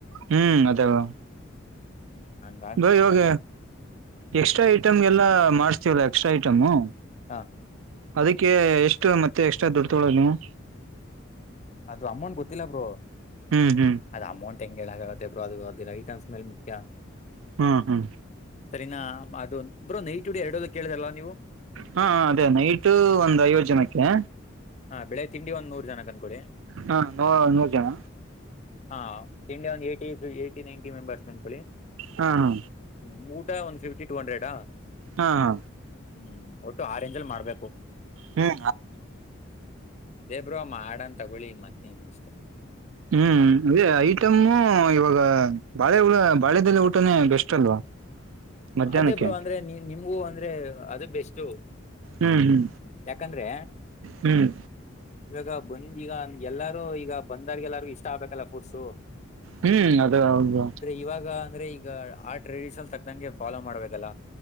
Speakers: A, on the right; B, on the left.
A: ಹ್ಮ್ ಅದೇವಾ
B: ಹ್ಮ್ ಅಂದ
A: ಬ ಇವಾಗ ಎಕ್ಸ್ಟ್ರಾ ಐಟಮ್ಗೆಲ್ಲ ಮಾಡ್ಸ್ತೀವಲ್ಲಾ ಎಕ್ಸ್ಟ್ರಾ ಐಟಮು
B: ಹಾ
A: ಅದಕ್ಕೆ ಎಷ್ಟು ಮತ್ತೆ ಎಕ್ಸ್ಟ್ರಾ ದುಡ್ಡು ತೊಗೊಳ್ಳಳದು ನೀವು
B: ಅದು ಅಮ್ಮನ್ ಗೊತ್ತಿಲ್ಲ ಬ್ರರು
A: ಹ್ಮ್ ಹ್ಮ್
B: ಅದು ಅಮೌಂಟ್ ಹೆಂಗ ಹೇಳಳಾಗುತ್ತೆ ಬ್ರೋ ಅದು ಅದೆ ಐಟಮ್ಸ್ ಮೇಲ್ ಮುಖ್ಯ
A: ಹ್ಮ್ ಹ್ಮ್
B: ಸರಿನಾ ಅದು ಬ್ರೋ ನೈಟ್ಡಿ ಎರಡದು ಕೇಳ್ರಲ್ಲಾ ನೀವು
A: ಹಾ ಅದೇ ನೈಟ್ ಒಂದ್ ಐವತ್ತು ಜನಕ್ಕೆ
B: ಹಾ ಬೆಳಿಗ್ಗೆ ತಿಂಡಿ ಒಂದ್ ನೂರ್ ಜನ ಅಂದಕೊಳ್ಳಿ
A: ಹಾ ನೂ ನೂರ್ ಜನ
B: ಹಾ ತಿಂಡಿ ಒಂದು ಏಯ್ಟಿ ಏಯ್ಟಿ ನೈನ್ಟಿ ಮೆಂಬರ್ಸ್ ಅಂದ್ಕೊಳ್ಳಿ
A: ಹಾ ಹಾ
B: ಹ್ಮ ಊಟ ಒಂದು ಫಿಫ್ಟಿ ಟೂ ಹಂಡ್ರೆಡ್
A: ಹಾ ಹಾ
B: ಹ್ಮ್ ಒಟ್ಟು ಆರೆೇಂಜ ಅಲ್ಲಿ ಮಾಡ್ಬೇಕು
A: ಹ್ಮ್
B: ಹ್ಮ್ ಅದೇ ಬ್ರೋ ಮಾಡನ್ ತಗೊಳ್ಳಿ ಮತ್ತನ್ಷ್ಟು
A: ಹ್ಮ್ ಅದೇ ಐಟಮು ಇವಾಗ ಬಾಳೆಳ ಬಾಳೆದಲ್ಲಿ ಊಟನೇ ಬೆಸ್ಟ್ ಅಲ್ವಾ ಮಧ್ಯಾಹ್ನಕ್ಕೆ
B: ಅದೇ ಬ್ರೋ ಅಂದ್ರೆ ನಿಮಗೂ ಅಂದ್ರೆ ಅದು ಬೆಸ್ಟ್
A: ಹ್ಮ್ ಹ್ಮ್
B: ಯಾಕಂದ್ರೆ
A: ಹ್ಮ್
B: ಇವಾಗ ಬನ್ನ ಈಗ ಎಲ್ಲಾರೂ ಈಗ ಬಂದಾರ್ಗೆ ಎಲ್ಲಾರು ಇಷ್ಟ ಆಗ್ಬೇಕಲ್ಲ ಫುರ್ಟ್ಸು
A: ಹ್ಮ್ ಅದೇ ಹೌದು
B: ಇವಾಗ ಅಂದ್ರೆ ಈಗ ಆ ಟ್ರೆಡಿಷನ್ ತಕ್ಕಂಗೆ ಫಾಲೋ ಮಾಡ್ಬೇಕಲ್ಲ